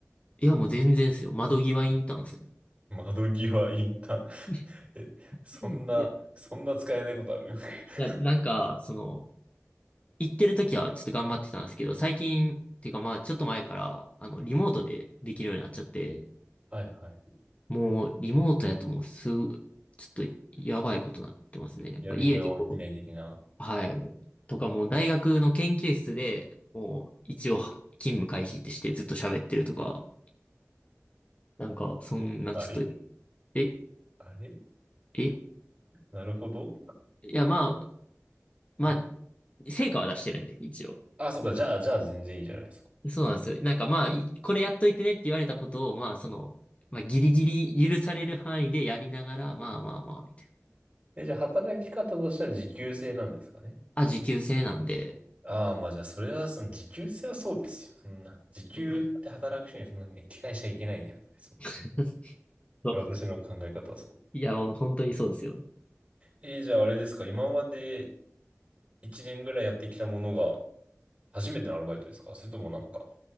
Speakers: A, on the left; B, on the right.
A: いや、もう全然ですよ。窓際インターンですね。
B: 窓際インターン。
A: <laughs> い
B: <laughs> え、そんな、
A: や
B: そんな使えないことある <laughs>
A: いや、なんか、その、行ってる時はちょっと頑張ってたんですけど、最近、っていうかまあ、ちょっと前から、あの、リモートでできるようになっちゃって、
B: はいはい。
A: もう、リモートやともうす、ちょっと、やばいことになってますね。やっぱ家でこう、
B: やる気が起きない的な。
A: はい、もう、とかもう大学の研究室で、もう、一応、勤務開始ってしてずっと喋ってるとか、なんか、そんなちょっと、
B: あれ
A: え、
B: あれ
A: え、い
B: なるほど。
A: や、まあ、まあ、
B: ど
A: 成果は出してるんで、一応。
B: あ、そうか。じゃあ、じゃあ全然いいじゃないですか。
A: そうなんですよ。なんかまあ、いこれやっといてねって言われたことを、まあその、まあギリギリ許される範囲でやりながら、まあまあまあ、みたいな。
B: え、じゃあ働き方としては時給制なんですかね。
A: あ、時給制なんで、
B: ああ、まあじゃあ、それは、その時給制はそうですよ。そんな。時給で働く人にそんなにね、
A: うん
B: 期待しちゃいけないね。やっぱりそ
A: <laughs> そう。
B: の私の考え方はそう。
A: いやもう本当にそうですよ。
B: えーじゃああれですか。今まで1年ぐらいやってきたものが初めてのアルバイトですかそれともなんか、